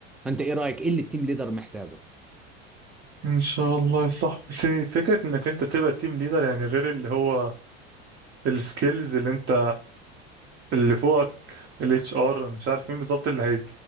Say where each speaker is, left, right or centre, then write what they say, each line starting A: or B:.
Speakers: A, in the centre; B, on the right (about 35°).
A: انت ايه رايك ايه اللي التيم ليدر محتاجه
B: ان شاء الله يا صاحبي بس يعني فكره انك انت تبقى تيم ليدر يعني غير اللي هو السكيلز اللي انت اللي فوقك الاتش ار مش عارف مين بالظبط اللي هي-